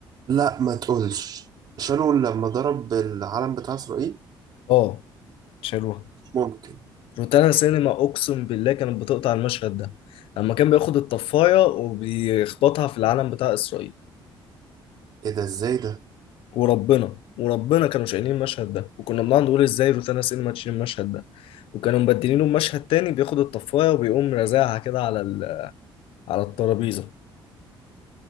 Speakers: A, on the right; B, on the left.
A: لا ما تقولش شالوا لما ضرب العلم بتاع إسرائيل
B: اه شالوها
A: ممكن
B: روتانا سينما اقسم بالله كانت بتقطع المشهد ده لما كان بياخد الطفايه وبيخبطها في العلم بتاع اسرائيل
A: إيه ده إزاي ده؟
B: وربنا وربنا كانوا شايلين المشهد ده وكنا بنقعد نقول ازاي روتانا سينما تشيل المشهد ده وكانوا مبدلينه بمشهد تاني بياخد الطفايه وبيقوم رازعها كده على ال... على الترابيزه